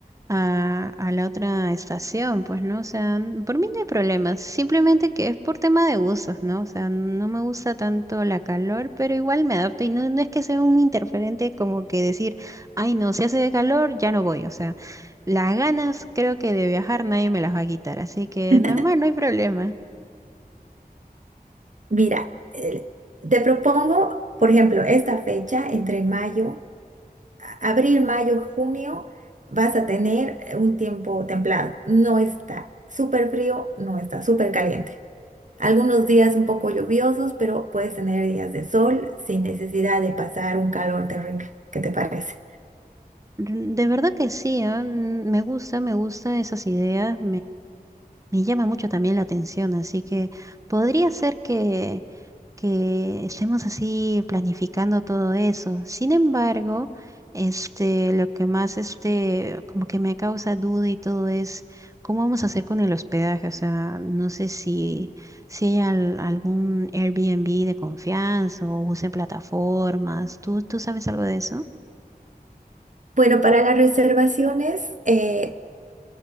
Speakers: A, on the right (about 20°); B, on the right (about 50°).
A: a, a la otra estación, pues, ¿no? O sea, n- por mí no hay problema, simplemente que es por tema de gustos, ¿no? O sea, no me gusta tanto la calor, pero igual me adapto y no, no es que sea un interferente como que decir, ay, no, si hace de calor, ya no voy, o sea, las ganas creo que de viajar nadie me las va a quitar, así que
B: <laughs>
A: normal, no hay problema.
B: Mira, el- te propongo, por ejemplo, esta fecha entre mayo, a- abril, mayo, junio, vas a tener eh, un tiempo templado. No está súper frío, no está súper caliente. Algunos días un poco lluviosos, pero puedes tener días de sol sin necesidad de pasar un calor terrible. ¿Qué te parece?
A: De verdad que sí, ah, mm, Me gusta, me gusta esas ideas, Me llama mucho también la atención, así que podría ser que, que estemos así planificando todo eso. Sin embargo, este, lo que más este, como que me causa duda y todo es cómo vamos a hacer con el hospedaje. O sea, no sé si, si hay al- algún Airbnb de confianza o usen plataformas. ¿Tú, tú sabes algo de eso?
B: Bueno, para las reservaciones, eh,